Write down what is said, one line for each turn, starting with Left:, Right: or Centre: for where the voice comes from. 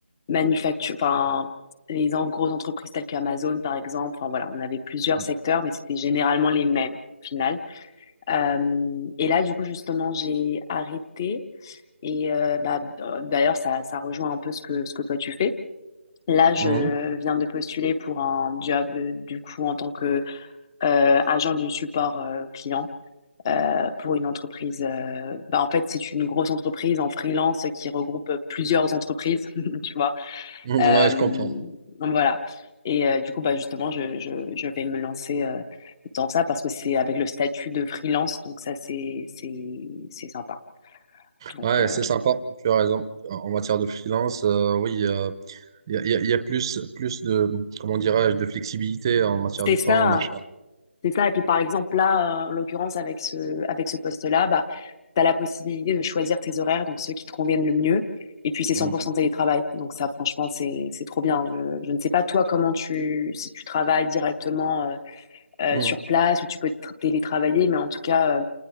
Left: manufacture, enfin les en- grosses entreprises telles qu'Amazon par exemple. Enfin voilà, on avait plusieurs
Right: Mm.
Left: secteurs, mais c'était généralement les mêmes au final. Euh, et là du coup justement j'ai arrêté et euh, bah, d'ailleurs, ça, ça rejoint un peu ce que, ce que toi tu fais. Là, je
Right: Mm.
Left: viens de postuler pour un job, euh, du coup, en tant que euh, agent du support euh, client euh, pour une entreprise. euh, bah, en fait, c'est une grosse entreprise en freelance qui regroupe plusieurs entreprises, <laughs> tu vois.
Right: Mm.
Left: Euh,
Right: Ouais, je comprends.
Left: donc voilà. Et euh, du coup, bah, justement, je, je, je vais me lancer euh, dans ça parce que c'est avec le statut de freelance, donc ça, c'est, c'est, c'est sympa. Donc,
Right: Ouais,
Left: euh,
Right: c'est sympa. Tu as raison. En matière de freelance, euh, oui, euh, il y a, il y a- il y a plus, plus de, comment dirais-je, de flexibilité en matière
Left: c'est
Right: de temps,
Left: ça. hein.
Right: en matière.
Left: C'est ça. Et puis, par exemple, là, euh, en l'occurrence, avec ce, avec ce poste-là, bah, tu as la possibilité de choisir tes horaires, donc ceux qui te conviennent le mieux. Et puis, c'est
Right: Mm.
Left: 100% télétravail. Donc, ça, franchement, c'est, c'est trop bien. Je, je ne sais pas, toi, comment tu, si tu travailles directement euh, euh,
Right: Mm.
Left: sur place ou tu peux tr- télétravailler, mais en tout cas, euh,